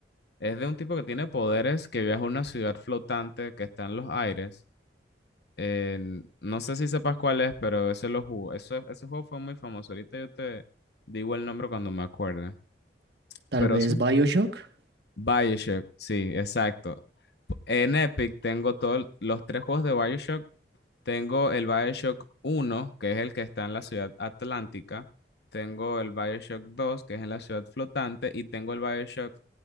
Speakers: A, on the left; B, on the right.
A: Es de un tipo que tiene poderes que viaja a una ciudad flotante que está en los aires. Eh, no sé si sepas cuál es, pero ese lo jugó. Eso, ese juego fue muy famoso. Ahorita yo te digo el nombre cuando me acuerde.
B: Tal
A: Pero
B: vez
A: sí.
B: BioShock.
A: BioShock, sí, exacto. P- En Epic tengo todos los tres juegos de BioShock. Tengo el BioShock uno que es el que está en la ciudad atlántica. Tengo el BioShock 2 que es en la ciudad flotante. Y tengo el BioShock